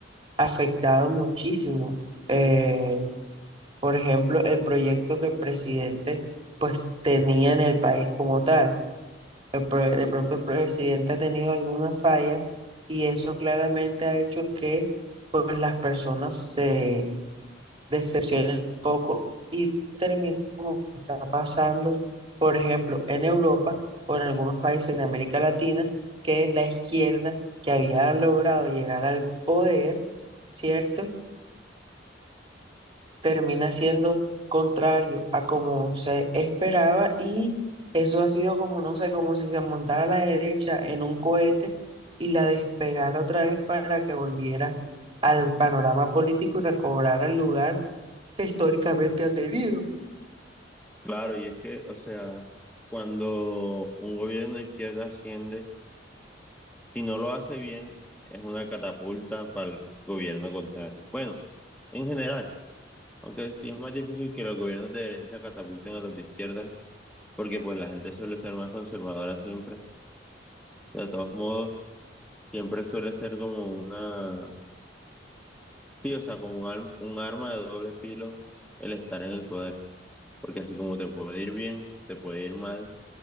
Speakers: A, on the right (about 30°); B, in the centre.
A: afectado muchísimo. eh, por ejemplo, el proyecto que el presidente pues tenía en el país como tal. El pro- de pronto el presidente ha tenido algunas fallas y eso claramente ha hecho que pues las personas se decepcionen un poco y termine como está pasando, por ejemplo, en Europa o en algunos países de América Latina, que la izquierda que había logrado llegar al poder, ¿cierto? Termina siendo contrario a como se esperaba y eso ha sido como, no sé, como si se montara la derecha en un cohete y la despegara otra vez para que volviera al panorama político y recobrara el lugar que históricamente ha tenido.
B: Claro, y es que, o sea, cuando un gobierno de izquierda asciende, si no lo hace bien, es una catapulta para el gobierno contrario. Bueno, en general, aunque sí es más difícil que los gobiernos de derecha catapulten a los de izquierda, porque pues la gente suele ser más conservadora siempre. De todos modos, siempre suele ser como una, sí, o sea, como un, al- un arma de doble filo el estar en el poder, porque así como te puede ir bien, te puede ir mal,